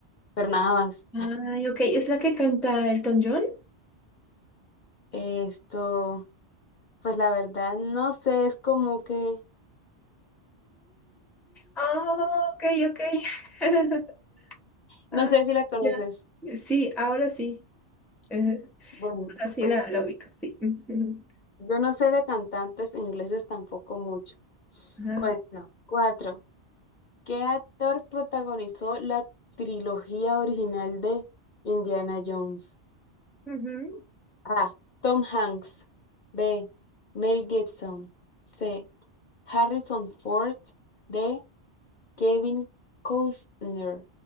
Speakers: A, on the left (about 50°); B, in the centre.
A: pero nada más.
B: Ay, ok. ¿Es la que canta Elton John?
A: Esto, pues la verdad no sé, es como que
B: Oh, ok, ok. <laughs> Ah,
A: no sé si la conoces.
B: ya. Sí, ahora sí. Eh,
A: Bueno,
B: así
A: pues
B: la, la ubico, sí. <laughs> Ujú.
A: Yo no sé de cantantes ingleses tampoco mucho.
B: Ajá.
A: Bueno, cuatro. ¿Qué actor protagonizó la trilogía original de Indiana Jones?
B: Ujú.
A: A. Tom Hanks. B. Mel Gibson. C. Harrison Ford. D. Kevin Costner.